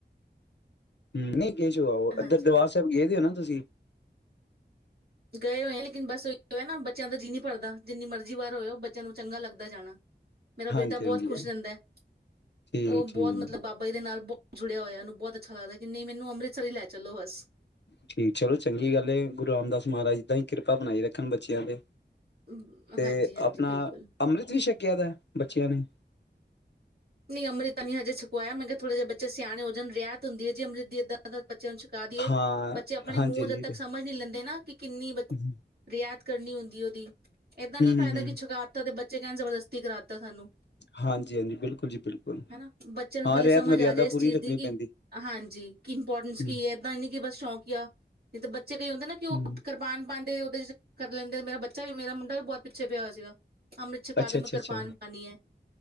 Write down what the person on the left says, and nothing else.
ਹਮ ਹੋਗਾ
ਇੱਧਰ ਦਰਬਾਰ ਸਾਹਿਬ ਗਏ ਦੇ ਹੋ ਨਾ ਤੁਸੀਂ
ਹਾਂਜੀ-ਹਾਂਜੀ
ਠੀਕ-ਠੀਕ
ਠੀਕ ਚਲੋ ਚੰਗੀ ਗੱਲ ਗੁਰੂ ਰਾਮਦਾਸ ਮਹਾਰਾਜ ਇਦਾਂ ਈ ਕਿਰਪਾ ਬਣਾਈ ਰੱਖਣ ਬੱਚਿਆਂ ਤੇ
ਤੇ
ਆਪਣਾ
ਅੰਮ੍ਰਿਤ ਵੀ ਛਕਿਆ ਦਾ? ਬੱਚਿਆਂ ਨੇ
ਹਾਂ
ਹਾਂਜੀ
ਹਾਂਜੀ
ਹੂੰ
ਹੂੰ
ਹੂੰ
ਹਾਂਜੀ ਹਾਂਜੀ ਬਿਲਕੁਲ। ਜੀ ਬਿਲਕੁਲ
ਹਾਂ
ਰਹਿਤ
ਮਰਿਆਦਾ
ਪੂਰੀ
ਰੱਖਣੀ
ਪੈਂਦੀ
ਹੂੰ
ਹੂੰ
ਅੱਛਾ
ਅੱਛਾ
ਅੱਛਾ